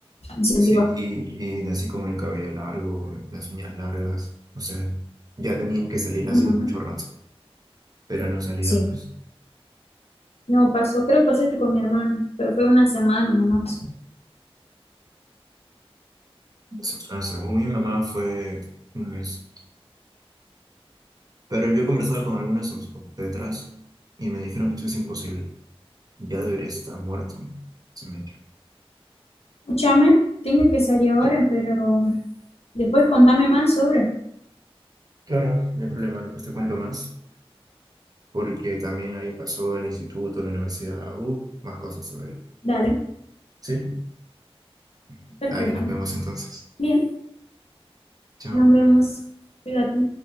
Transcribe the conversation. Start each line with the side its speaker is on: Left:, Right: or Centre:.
Left: incentivar.
Right: Sí, y, y así como el cabello largo, las uñas largas, o sea, ya tenía que salir hace
Left: Ajá.
Right: mucho rato, pero no salía,
Left: Sí.
Right: pues.
Left: No, pasó, creo que pasó esto con mi hermana, pero fue una semana nomás.
Right: O sea, según mi mamá fue un mes. Pero yo he conversado con algunas obstetras y me dijeron que eso es imposible ya debería estar muerto ¿no? ese metro.
Left: Escúchame, tengo que salir ahora,
Right: Sí,
Left: pero después contame más sobre.
Right: claro. No hay problema, después te cuento más, porque también ahí pasó el instituto, la universidad, uh, más cosas todavía.
Left: Dale,
Right: Sí. Dale,
Left: perfecto.
Right: nos vemos entonces.
Left: Bien,
Right: Chao.
Left: nos vemos. Cuídate.